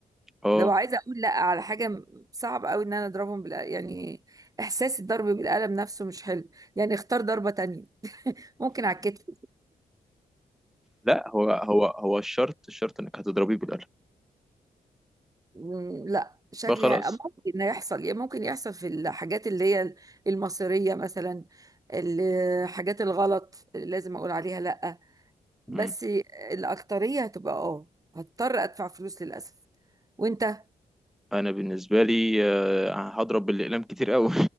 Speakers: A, in the centre; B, on the right.
A: اه
B: لو عايزه اقول لا على حاجه م- صعب قوي ان انا اضربهم بال يعني احساس الضرب بالقلم نفسه مش حلو يعني اختار ضربه تانية ممكن على الكتف
A: لا هو هو هو الشرط الشرط انك هتضربيه بالقلم
B: مم، لا شكلي
A: بقى خلاص
B: ه- ممكن يحصل ممكن يحصل في الحاجات اللي هي المصيرية مثلا الحاجات الغلط اللي لازم اقول عليها لا
A: مم.
B: بس الأكترية هتبقى اه هضطر ادفع فلوس للأسف وانت
A: انا بالنسبه لي آه، هضرب بالاقلام كتير قوي